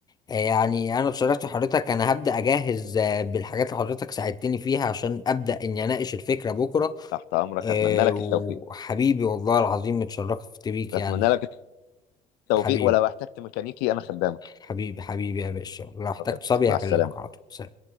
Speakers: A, on the left; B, on the left.
A: آه، يعني انا بصراحة حضرتك انا هبدأ اجهز آه، بالحاجات اللي حضرتك ساعدتني فيها عشان ابدأ اني اناقش الفكرة بكرة
B: تحت امرك
A: آه،
B: اتمنى لك
A: وحبيبي
B: التوفيق
A: والله العظيم اتشرفت بيك
B: اتمنى
A: يعني
B: لك التوفيق
A: حبيبي
B: ولو احتجت ميكانيكي انا خدامك
A: حبيبي حبيبي يا باشا لو احتجت
B: اتفضل.
A: صبي
B: مع
A: هكلمك
B: السلامة
A: على طول سلام.